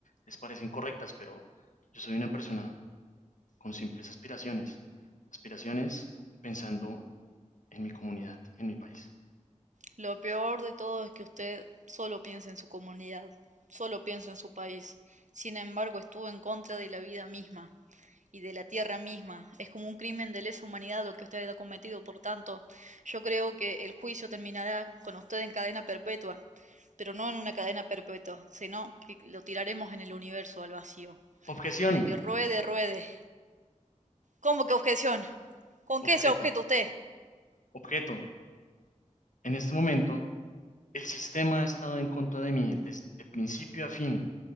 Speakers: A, on the left; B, on the right.
A: les parecen correctas, pero yo soy una persona con simples aspiraciones. Aspiraciones pensando en mi comunidad, en mi país.
B: Lo peor de todo es que usted solo piensa en su comunidad, solo piensa en su país. Sin embargo, estuvo en contra de la vida misma y de la tierra misma. Es como un crimen de lesa humanidad lo que usted ha cometido, por tanto, yo creo que el juicio terminará con usted en cadena perpetua, pero no en una cadena perpetua, sino que lo tiraremos en el universo al vacío,
A: Objeción,
B: para que ruede, ruede ¿Cómo que objeción? ¿Con
A: objeto,
B: qué se objeta usted?
A: objeto. En este momento, el sistema ha estado en contra de mí desde principio a fin.